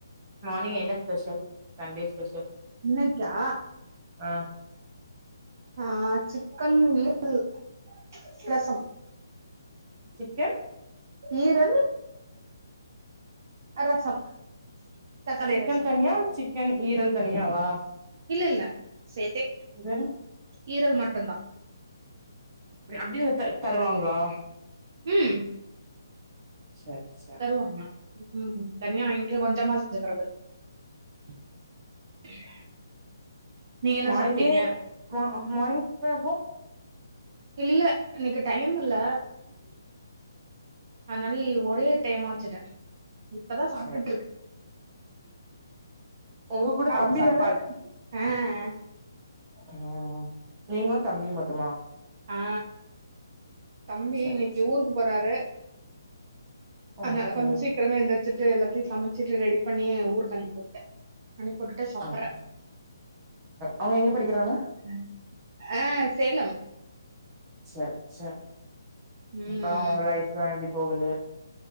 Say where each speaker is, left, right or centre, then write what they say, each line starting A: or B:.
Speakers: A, on the right; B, on the right.
A: மார்னிங் என்ன ஸ்பெஷல் சண்டே ஸ்பெஷல்
B: இன்னைக்கா
A: ஆ
B: ஆ சிக்கன் ஈரல் ரசம்
A: சிக்கன்
B: ஈரல் அ ரசம் தக்காளி
A: சிக்கன்
B: ரசம்
A: தனியா சிக்கன் ஈரல் தனியாவா
B: இல்ல இல்ல சேத்தே
A: இது வேற
B: ஈரல் மட்டும்தா
A: அ அப்டியே தருவாங்களா
B: ம்
A: சேர் சேரி
B: வாங்க ம் தனியா வாங்கி கொஞ்சமா செஞ்சுக்கிறது <unintelligible>
A: மார்னிங்கே
B: சாப்ட்டீங்க
A: ஆ மார்னிங் அப்போ
B: இல்ல இன்னைக்கு டைம் இல்ல
A: <unintelligible>
B: அதனால ஒரே டைமா வச்சுட்டே இப்பதா சாப்ட்டுட்டு
A: சரி
B: இருக்
A: உங்க கூட
B: கால
A: தம்பி
B: சாப்பாடு
A: தான
B: ஆ அ
A: ம் நீங்களு தம்பியு மட்டுமா
B: ஆ தம்பி
A: சரி
B: இன்னைக்கு ஊருக்கு போறாரு
A: ஓகே
B: அதனால கொஞ்சோ சீக்கிரமே எந்திரிச்சிட்டு எல்லாத்தையு சமைச்சிட்டு ரெடி பண்ணி ஊருக்கு அனுப்பிட்டே அனுப்பி விட்டுட்டு சாப்பிடுறே
A: ஓகே. அவங்க எங்க படிக்கிறாங்க
B: ம் ஆ சேலம்
A: சேர் சேர்
B: ம்
A: அப்றோ லைப்லா எப்டி போகுது